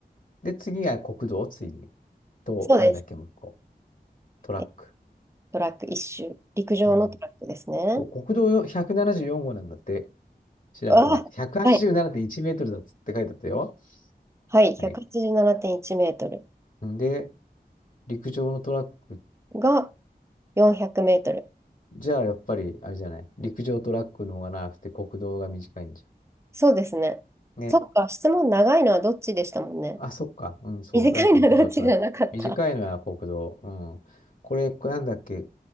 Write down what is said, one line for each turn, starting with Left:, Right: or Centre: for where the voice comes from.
Left: で、次が国道、次。と、
Right: そうです。
Left: なんだっけ、もう一個。トラック。
Right: えトラック一周。陸上のトラックですね。
Left: うん。そう国道よ174号なんだって、調べたら。
Right: あ、
Left: 187.1メートルだっつって書いてあったよ。
Right: はい。はい、187.1メートル
Left: はい。んで、陸上のトラック、
Right: が400メートル。
Left: じゃあやっぱり、あれじゃない。陸上トラックの方が長くて国道が短いんじ
Right: そうですね。
Left: ゃん。ね。
Right: そっか、質問長いのはどっちでしたもんね。
Left: あ、そっか。うん、そう。
Right: 短いのはどっちじゃなかった。
Left: だと陸上トラック。短いのは国道。うん。これ、なんだっけ。